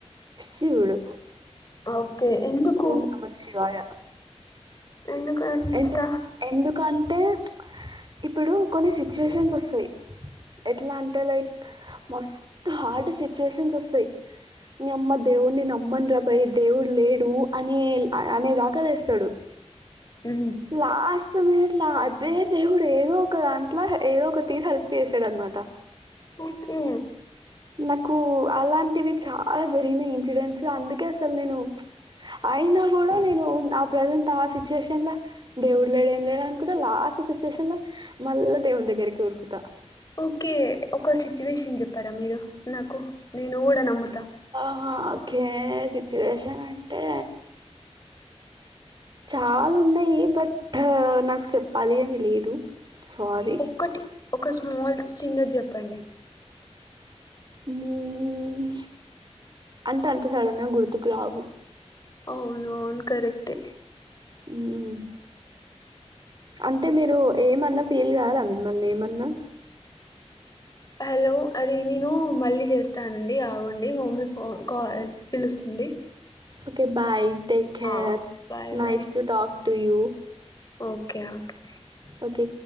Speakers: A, on the right (about 40°); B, on the left (about 35°).
A: శివుడు
B: అవు కే ఎందుకు
A: ఓం నమ శివాయ
B: ఎందుకంట
A: ఎందుకు ఎందుకం టే ఇప్పుడు కొన్ని సి సిచ్యువేషన్స్ వస్తాయి ఎట్లా అంటే లైక్ మస్తు హార్డ్ సిచ్యుయేషన్స్ వస్తాయి నీ అమ్మ దేవుడిని నమ్మను రాబయయి దేవుడు లేడు అని అనే దాకతేస్థాడు
B: మ్మ్.
A: లాస్ ట మమట్లా అదే దేవుడు ఏదో ఒక దాంట్లో ఏదో ఒక తీరు హెల్ప్ చేసాడు అనమాట
B: ఓకే
A: నాకు అలాంటివి చాలా జరిగిన ఇన్సిడెంట్స్ అందుకే అసలు నేను అయినా కూడా నేను ఆ ప్రజెంట్ ఆ సిచ్యుయేషన్ లో దేవుడు లేడ ఏం లేదు అనుకుంటే లాస్ట్ సిచ్యుయేషన్ లో మళ్ళా దేవుని దగ్గరికి ఉరుకుతా
B: ఓకే ఒక సిచ్యువేషన్ చెప్పారా మీరు నాకు నేను కుడా నముతా
A: ఆ ఓకే సిచ్యువేషన్ అంటే చాలా ఉన్నాయి బట్ నాకు చెప్పాలి అని లేదు సారీ.
B: ఒక్కటి ఒక స్మాల్ చిన్న జప్ ముప్పండి
A: ఉమ్ అంటే అంతే సడన్ గా గుర్తుకు రావు
B: అవును అవును కరెక్ట్ ఏ
A: ఉమ్ అంటే మీరు ఏమన్నా ఫీల్ కారా మిమ్మల్ని ఏమన్నా
B: హలో అది నేను మళ్ళీ చేస్తానండి ఆగండి మా మమ్మీ ఫోన్ కాల్ పిలుస్తుంది
A: ఓకే బాయ్ టేక్ care
B: ఆ bye
A: nice
B: bye
A: to talk to you
B: okay okay
A: okay